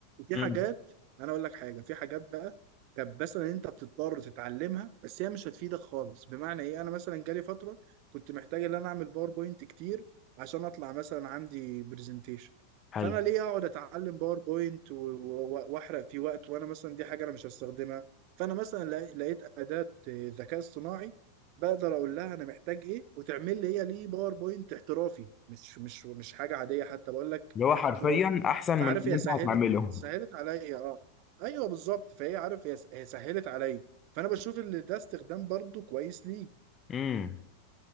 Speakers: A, on the right (about 45°); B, on the left (about 25°).
A: في
B: مم.
A: حاجات انا اقول لك حاجه في حاجات بقى كانت مثلا انت بتضطر تتعلمها بس هي مش هتفيدك خالص بمعنى ايه انا مثلا جالي فتره كنت محتاج ان انا اعمل باوربوينت كتير عشان اطلع مثلا عندي برزنتيشن
B: حلو
A: فانا ليه اقعد اتعلم باوربوينت و- و- واحرق في وقت وانا مثلا دي حاجه انا مش هستخدمها فانا مثلا لقي- لقيت اداه ذكاء اصطناعي بقدر اقول لها انا محتاج ايه وتعمل لي هي ليه باوربوينت احترافي مش مش مش حاجه عاديه حتى بقول لك
B: اللي هو حرفيا
A: احترافي
B: احسن
A: فعارف
B: من اللي
A: هي
B: انت
A: سهلت
B: هتعمله
A: سهلت عليا اه ايوه بالظبط فهي عارف هي س- هي سهلت عليا فانا بشوف ان ده استخدام برضو كويس ليه
B: امم